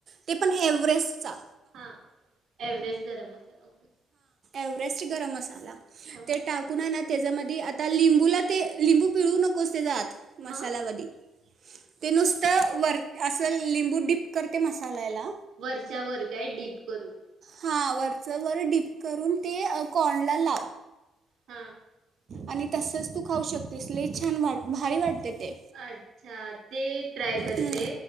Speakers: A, on the right; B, on the right.
A: ते पण एव्हेस्टचा.
B: हा एवरेस्ट गरम मसाला.
A: एवरेस्ट गरम मसााला,
B: हा.
A: ते टाकू. हाय ना त्याच्यामधी आता लिंबूला ते लिंबू पिळू नकोस त्याचा आत
B: मग
A: मसाला वादी ते नुसतं वर अस लिंबू डीप करते मसाल्याला,
B: वरच्या वर काय डीप करू.
A: हां वरचं वर डीप करून ते कॉर्नला लाव.
B: हा,
A: आणि तसच तू खाऊ शकतेस लय छान भारी वाटते. ते
B: अच्छा ते ट्राय करते
A: हं.